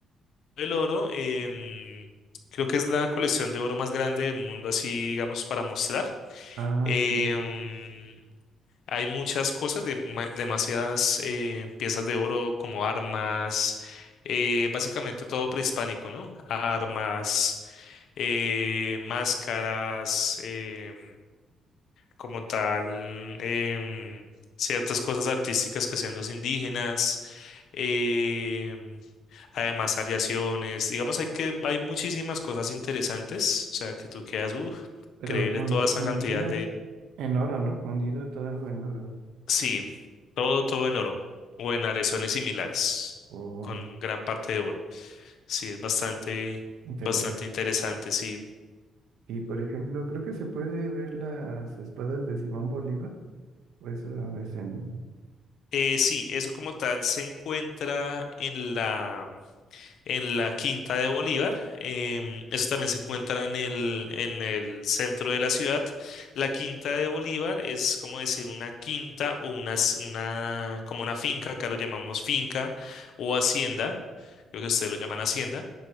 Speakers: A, on the left; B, on the right.
A: del Oro, em, creo que es la colección de oro más grande del mundo, así, digamos, para mostrar.
B: Ah,
A: Em,
B: sí.
A: Hay muchas cosas, de- ma- demasiadas eh, piezas de oro como armas, eh, básicamente todo prehispánico, ¿no? Armas, eh, máscaras, em, como tal, em, ciertas cosas artísticas que sean los indígenas, em, además aleaciones, digamos, hay que, hay muchísimas cosas interesantes, o sea, que tú quedas, uff,
B: Pero
A: increíble
B: fun-
A: toda esa
B: fundidas
A: cantidad
B: en oro, ¿no? Fundido todo en oro.
A: Sí, todo, todo en oro o en aleaciones similares,
B: O
A: con gran parte de oro. Sí, es bastante,
B: Inter-
A: bastante interesante, sí.
B: Y por ejemplo, creo que se puede ver las espadas de Simón Bolívar, o eso es en...
A: Eh, sí, eso como tal se encuentra en la, en la Quinta de Bolívar. em, eso también se encuentra en el, en el centro de la ciudad. La Quinta de Bolívar es como decir una quinta o una, s- una, como una finca, acá lo llamamos finca o hacienda, creo que ustedes lo llaman hacienda